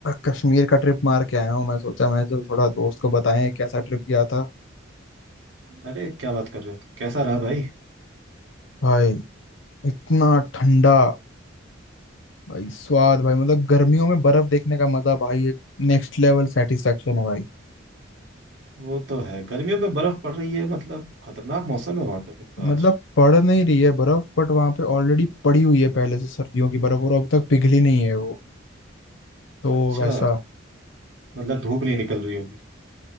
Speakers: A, on the left (about 70°); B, on the right (about 75°).
A: कश्मीर का ट्रिप मार के आया हूँ मैं सोचा मैं चल थोड़ा दोस्त को बताएं कैसा ट्रिप गया था
B: अरे क्या बात कर रहे हो कैसा रहा भाई
A: भाई इतना ठंडा भाई स्वाद भाई मतलब गर्मियों में बर्फ देखने का मजा भाई ये नेक्स्ट लेवल सेटिस्फेक्शन है भाई
B: वो तो है गर्मियों में बर्फ पड़ रही है मतलब खतरनाक मौसम है वहां पे फिर तो
A: मतलब
B: आज
A: पड़ नहीं रही है बर्फ बट वहां पे ऑलरेडी पड़ी हुई है पहले से सर्दियों की बर्फ और अब तक पिघली नहीं है वो तो
B: अच्छा
A: वैसा
B: मतलब धूप नहीं निकल रही होगी